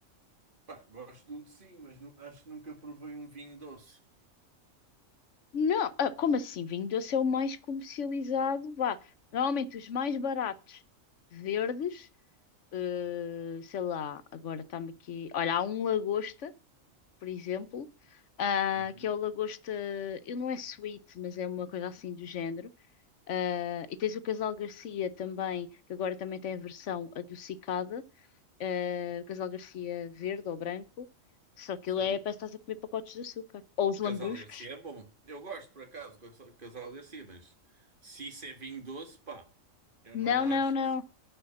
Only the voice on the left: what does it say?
Não, ah, como assim? Vinho doce é o mais comercializado. Vá. Normalmente os mais baratos, verdes, eh, sei lá, agora está-me aqui. Olha, há um lagosta, por exemplo, ah,
que é o lagosta. Ele não é sweet, mas é uma coisa assim do género. Ah, e tens o Casal Garcia também, que agora também tem a versão adocicada. eh, o Casal Garcia verde ou branco. Só que
ele é, parece que estás a comer pacotes de açúcar. Ou os lambruscos.
Não,
não, não.